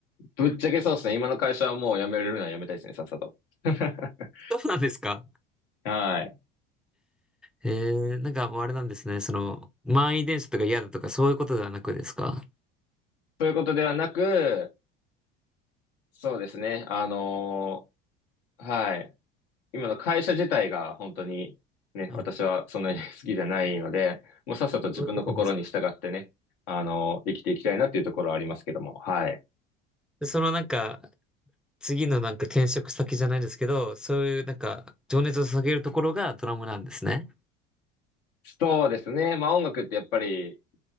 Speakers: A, on the left; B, in the centre.
A: ぶっちゃけそうですね。今の会社はもう辞めれるのは辞めたいですね、さっさと。<laughs>
B: そうなんですか
A: はい。
B: えー、なんかもうあれなんですね、その、満員電車とか嫌だとかそういうことではなくですか
A: ということではなく、そうですね。あのーはい。今の会社自体が本当にね、
B: うん、
A: 私はそんなに <laughs> 好きじゃないので、もうさっさと自分の心に従ってね、
B: そういうことなんです。
A: あのー生きていきたいなっていうところはありますけども、はい。
B: で、そのなんか、次のなんか転職先じゃないですけど、そういうなんか、情熱を下げるところがドラムなんですね。
A: そうですね。まあ音楽ってやっぱり